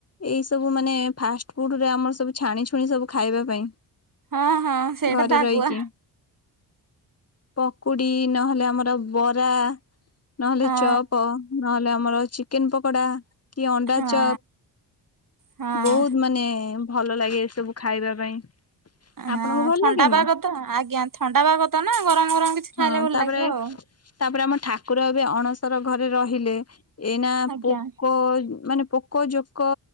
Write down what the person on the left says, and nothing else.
ଏଇ ସବୁ ମାନେ ଫାଷ୍ଟ ଫୁଡ ରେ ଆମର ସବୁ ଛାଣି ଛୁଣି ସବୁ ଖାଇବା ପାଇଁ।
ଘରେ
ରହିଖି। ପକୁଡି ନହେଲେ ଆମର ବରା। ନହେଲେ
ଚପ୍ ନହେଲେ ଆମର ଚିକେନ ପକୋଡା। କି ଅଣ୍ଡା
ଚପ
ବହୁତ ମାନେ ଭଲ ଲାଗେ। ସବୁ ଖାଇବା ପାଇଁ।
ଆପଣଙ୍କୁ ଭଲ
ଲାଗେନି
ହଁ
ତାପରେ
ତାପରେ ଆମ ଠାକୁର ଏବେ ଅଣସର ଘରେ ରହିଲେ ଏଇନା
ପୋକ ମାନେ ପୋକ ପୋକ ଜୋକ